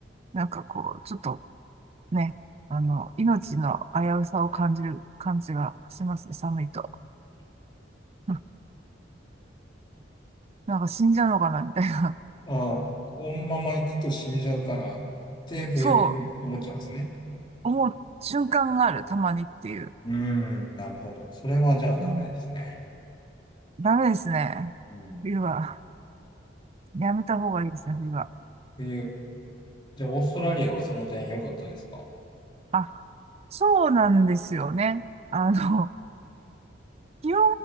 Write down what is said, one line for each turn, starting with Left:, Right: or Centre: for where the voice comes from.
Right: なんかこう、ちょっとね、あの、命の危うさを感じる感じがしますね、寒いと。<laughs> うんなんか死んじゃうのかな、みたいな。
Left: ああ、このまま行くと死んじゃうかなって、冬思っちゃうんですね。
Right: そう、思う瞬間がある、たまにっていう。
Left: うーん、なるほど。それはじゃあダメですね。
Right: うんダメですね、
Left: うん。
Right: 冬は。やめた方がいいですね、冬は。
Left: 冬、じゃあオーストラリアはその点良かったですか
Right: あ、そうなんですよね。あの、気温が